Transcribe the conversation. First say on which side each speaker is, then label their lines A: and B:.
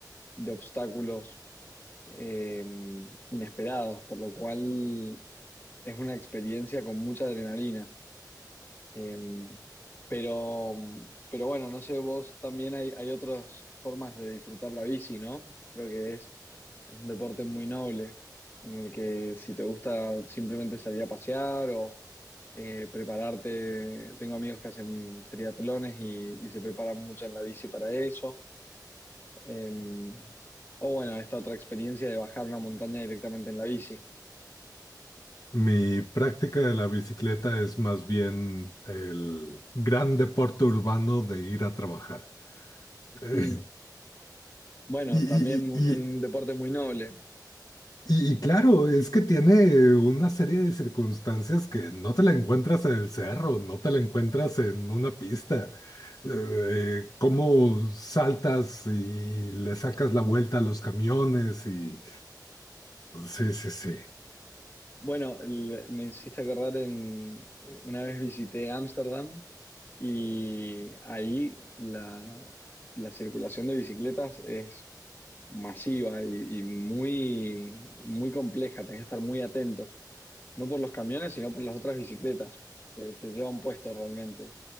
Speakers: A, on the left; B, on the left.
A: de obstáculos eh, inesperados, por lo cual es una experiencia con mucha adrenalina. Eh, pero, pero bueno, no sé, vos también hay, hay otras formas de disfrutar la bici, ¿no? Creo que es es un deporte muy noble, en el que si te gusta simplemente salir a pasear o eh, prepararte, tengo amigos que hacen triatlones y, y se preparan mucho en la bici para eso. Eh, o bueno, esta otra experiencia de bajar una montaña directamente en la bici.
B: Mi práctica de la bicicleta es más bien el gran deporte urbano de ir a trabajar. Eh,
A: Mm,
B: <laughs>
A: Bueno,
B: y, y-
A: también mu-
B: y-
A: un deporte muy noble.
B: Y, y claro, es que tiene una serie de circunstancias que no te la encuentras en el cerro, no te la encuentras en una pista. Eh, cómo saltas y le sacas la vuelta a los camiones y... Sí, sí, sí.
A: Bueno, el- me hiciste acordar en eh, una vez visité Ámsterdam y ahí la, la circulación de bicicletas es masiva y, y muy, muy compleja, tenés que estar muy atento, no por los camiones, sino por las otras bicicletas, te, te llevan puesto realmente.